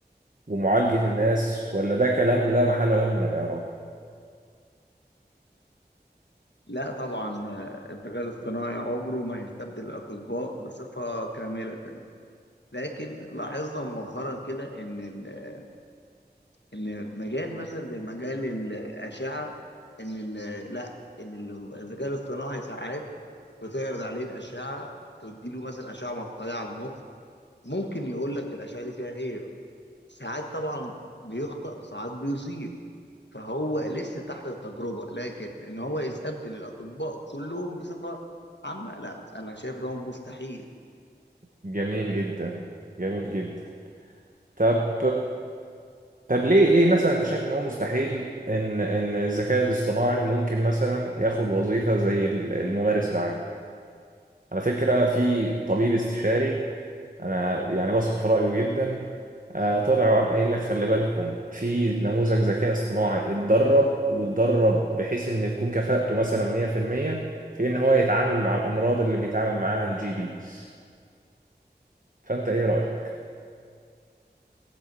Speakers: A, on the right; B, on the left.
A: ومعالجة الناس ولا ده كلام لا محل له من الإعراب
B: لا طبعا آه، الذكاء الاصطناعي عمره ما هيستبدل الأطباء بصفة كاملة لكن لاحظنا مؤخرا كده إن ال- إن مجال مثلا زي مجال الأشعة إن ال- لا إن ال- الذكاء الاصطناعي ساعات بتعرض عليه الأشعة تديله مثلا أشعة مقطعية على المخ ممكن يقول لك الأشعة دي فيها إيه ساعات طبعا بيخطأ ساعات بيصيب فهو لسه تحت التجربة لكن ان هو يستبدل الاطباء كلهم بصفة عامة لا انا شايف ان هو مستحيل
A: جميل جدا جميل جدا طب طب ليه ليه مثلا انت شايف ان هو مستحيل ان ان الذكاء الاصطناعي ممكن مثلا ياخد وظيفة زي ال- الممارس العام على فكرة في طبيب استشاري أنا يعني بثق في رأيه جدا آه، طلع وقام قايل لك خلي بالكم في نموذج ذكاء اصطناعي اتدرب واتدرب بحيث إن تكون كفاءته مثلا 100% في المية في إن هو يتعامل مع الأمراض اللي بيتعامل معاها الجي بيز فأنت إيه رأيك؟